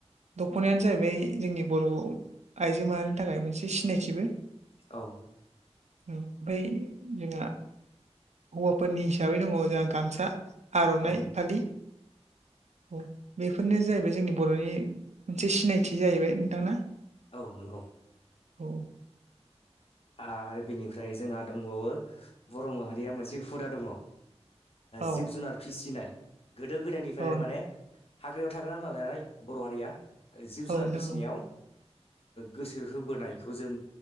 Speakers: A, on the right; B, on the left.
A: दख'नायानो जाहैबाय जोंनि बर' आइजो माहारिनि थाखाय मोनसे सिनायथिबो
B: औ
A: ओमफ्राय जोंहा हौवाफोरनि हिसाबै दङ जोंहा गामसा आर'नाइ
B: औ
A: फालि औ बेफोरनो जाहैबाय जोंनि बर'नि मोनसे सिनायथि जाहैबाय नोंथां ना
B: औ नंगौ
A: औ
B: आरो बेनिफ्राय जोंहा दंबावो बर' माहारिया मोनसे हुदा दङ
A: औ
B: जिब जुनार फिसिनाय गोदो गोदायनिफ्रायनो
A: औ
B: माने हाग्रायाव थाग्राा नालाय बर' हारिया जिब
A: औ
B: जुनार
A: नोंथां
B: फिसिनायाव गोसो होबोनायखौ जों